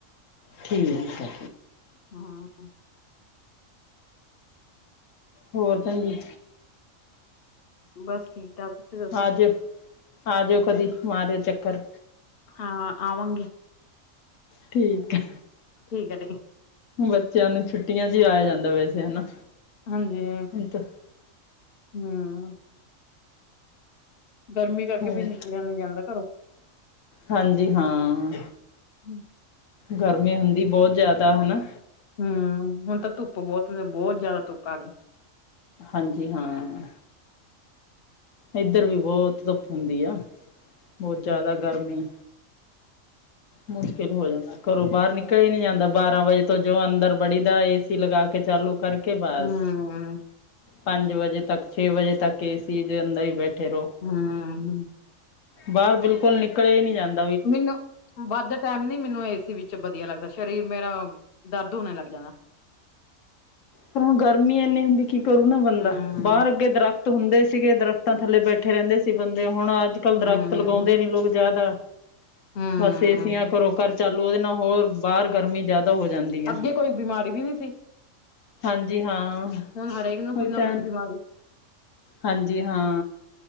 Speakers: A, on the left; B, on the left.
A: ਠੀਕ ਹੇ।
B: ਹੁ।
A: ਹੋਰ ਭੈਣ ਜੀ।
B: ਬਸ ਠੀਕ। ਠਾਕ ਤੁਸੀਂ ਦੱਸੋ।
A: ਆ ਜਾਓ ਆ ਜਾਓ। ਕਦੀ ਮਾਰਿਓ ਚੱਕਰ।
B: ਹਾਂ ਆਵਾਂਗੀ।
A: ਠੀਕ ਆ।
B: ਠੀਕ ਹੈ ਜੀ
A: ਬੱਚਿਆਂ ਨੂੰ ਛੁੱਟੀਆਂ ਚ ਹੀ ਆਇਆ ਜਾਂਦਾ ਵੈਸੇ ਹਨਾ।
B: ਹਾਂਜੀ
A: ਹਮ।
B: ਹਮ ਗਰਮੀ ਕਰਕੇ
A: ਹੋਰ
B: ਵੀ ਨਿਕਲਿਆ ਨੀ ਜਾਂਦਾ। ਘਰੋਂ
A: ਹਾਂਜੀ ਹਾਂ।
B: ਹਮ।
A: ਗਰਮੀ ਹੁੰਦੀ ਬਹੁਤ ਜਿਆਦਾ ਹਨਾ।
B: ਹਮ ਹੁਣ ਤਾਂ ਧੁੱਪ ਬਹੁਤ - ਬਹੁਤ ਜਿਆਦਾ ਧੁੱਪ ਆ ਗਈ।
A: ਹਾਂਜੀ ਹਾਂ। ਇੱਧਰ ਵੀ ਬਹੁਤ ਧੁੱਪ ਹੁੰਦੀ ਆ। ਬਹੁਤ ਜ਼ਿਆਦਾ
B: ਹੂੰ।
A: ਗਰਮੀ। ਮੁਸ਼ਕਿਲ ਹੋ ਜਾਂਦਾ। ਘਰੋਂ ਬਾਹਰ ਨਿਕਲ ਹੀ ਨਹੀਂਂ ਜਾਂਦਾ। ਬਾਰਾਂ ਵਜੇ ਤੋਂ ਜੋ ਅੰਦਰ ਬੜੀ ਦਾ ਏ ਸੀ ਲਗਾ। ਕੇ ਚਾਲੂ ਕਰਕੇ ਕੇ ਬਸ,
B: ਹੂੰ,
A: ਪੰਜ ਵਜੇ ਤੱਕ ਛੇ ਵਜੇ ਤੱਕ ਏ ਸੀ ਦੇ ਅੰਦਰ ਹੀ ਬੈਠੇ ਰਹੋ
B: ਹਮ।
A: ਬਾਹਰ ਬਿਲਕੁਲ ਨਿਕਲੇ ਹੀ ਨਹੀਂ ਜਾਂਦੇ।
B: ਮੈਨੂੰ, ਵੱਧ ਟਾਈਮ ਨੀ ਮੈਨੂੰ ਏਸੀ ਵਿੱਚ ਵਧੀਆ ਲੱਗਦਾ ਸਰੀਰ ਮੇਰਾ ਦਰਦ ਹੋਣੇ ਲੱਗ ਜਾਂਦਾ
A: ਪਰ ਹੁਣ ਗਰਮੀ ਇੰਨੀ ਹੁੰਦੀ ਕੀ ਕਰੂ ਨਾ ਬੰਦਾ
B: ਹੂੰ,
A: ਬਾਹਰ ਅੱਗੇ ਦਰਖਤ ਹੁੰਦੇ ਸੀਗੇ ਦਰਖਤਾਂ ਥੱਲੇ ਬੈਠੇ ਇਕੱਠੇ ਰਹਿੰਦੇ ਸੀ ਬੰਦੇ ਹੁਣ ਅੱਜ ਕੱਲ
B: ਹੂੰ,
A: ਦਰਖਤ ਲਗਾਉਂਦੇ ਨੀ ਲੋਕ ਜ਼ਿਆਦਾ
B: ਹੂੰ,
A: ਬਸ ਏਸੀਆਂ ਘਰੋ ਘਰ ਚਾਲੂ ਉਹਦੇ ਨਾਲ ਹੋਰ ਬਾਹਰ ਗਰਮੀ ਜ਼ਿਆਦਾ ਹੋ ਜਾਂਦੀ
B: ਅੱਗੇ
A: ਆ
B: ਕੋਈ ਬਿਮਾਰੀ ਵੀ ਨਹੀਂ ਸੀ
A: ਹਾਂਜੀ ਹਾਂ
B: ਹੁਣ ਹਰੇਕ ਨੂੰ
A: ਉਹੀ
B: ਕੁੱਝ
A: ਤਾਂ
B: ਨਾ
A: ਹੈ
B: ਕੁੱਝ ਬਿਮਾਰੀ
A: ਹਾਂਜੀ ਹਾਂ